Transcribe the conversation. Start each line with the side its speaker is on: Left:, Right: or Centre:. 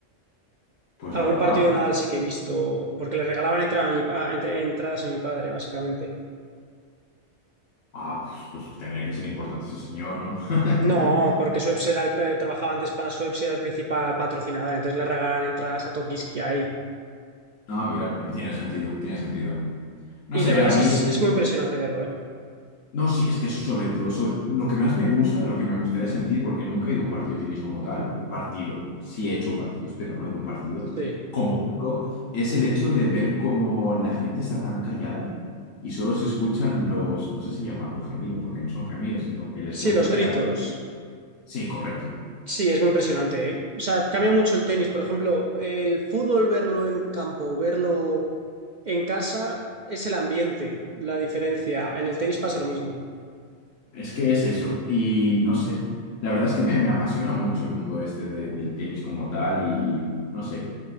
Left: Pues la
Right: Algún
Left: verdad,
Right: partido de Nadal sí que he visto, porque le regalaban entrada a mi pa- entre- entradas a mi padre, básicamente.
Left: ah, pues tendría que ser importante ese señor, ¿no? <laughs>
Right: No, porque Schweppes era el- eh, trabajaba antes para Schweppes y era el principal patrocinador, entonces le regalaban entradas a Tokiski ahí.
Left: No, mira, me- tiene sentido, tiene sentido. No
Right: Y
Left: sé,
Right: la verdad
Left: a
Right: es
Left: mí
Right: que es, es muy impresionante verlo, ¿eh?
Left: No, sí, es que eso sobre todo, sobre- lo que más me gusta, lo que me gustaría sentir, porque nunca he ido a un partido de tenis como tal, partido, sí he hecho partidos, pero no he ido a un partido
Right: Sí.
Left: con público, es el hecho de ver cómo la gente está tan callada y solo se escuchan los, no sé si llamarlo gemido, porque no son gemidos, sino el esfuerzo
Right: Sí, los gritos.
Left: que hacen. Sí, correcto.
Right: Sí, es muy impresionante, ¿eh? O sea, cambia mucho el tenis. Por ejemplo, el fútbol, verlo en campo, verlo en casa, es el ambiente, la diferencia. En el tenis pasa lo mismo.
Left: Es que es eso. Y no sé, la verdad es que me, me apasiona mucho el mundo este de- del tenis como tal y no sé.